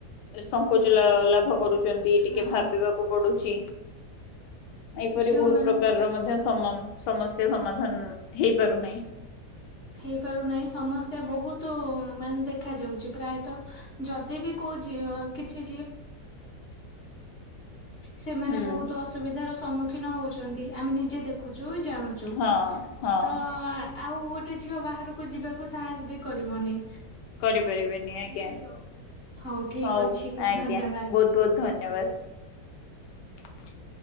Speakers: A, on the left; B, on the left.
A: ସଂଙ୍କୋଚ
B: ହଁ
A: ଲାଭ କରୁଛନ୍ତି ଟିକେ
B: ହଁ
A: ଭାବିବାକୁ ପଡୁ ଚି ଏହିପରି
B: ଝିଅ
A: ବୋହୁତ୍
B: ମାନଙ୍କୁ
A: ପ୍ରକାରର ମଧ୍ୟ ସମାମ ସମସ ସେ ସମାଧାନ ହେଇପାରୁନାହିଁ।
B: ହେଇପାରୁନାହିଁ ସମସ୍ୟା ବହୁତ ମାନେ ଦେଖ ଯାଉଛି ପ୍ରାୟତଃ ଯଦି ବି କୋଉଅ କିଛି ସେମାନେ
A: ହୁଁ
B: ବହୁତ ଅସୁବିଧାର ସ ସମ୍ମୁଖୀନ ହଉଚନ୍ତି ଆମେ ନିଜେ ଦେଖୁଛୁ। ଯଉ ବି ଜାଣୁଚୁ
A: ହଁ ହଁ
B: ତ ଆ ଆଉ ଉ ଗୋଟେ ଝିଅ ବାହାରକୁ ଯିବାକୁ ସାହସ୍ ବି କରିବନି।
A: କରିପାରିବେନି
B: ଏମତି
A: ଆଜ୍ଞା
B: ଆଉ ଠିକ
A: ହଉ
B: ଅଛି
A: ଆଜ୍ଞା
B: ଧନ୍ୟବାଦ।
A: ବହୁତ ବହୁତ ଧନ୍ୟବାଦ। ଚାଏ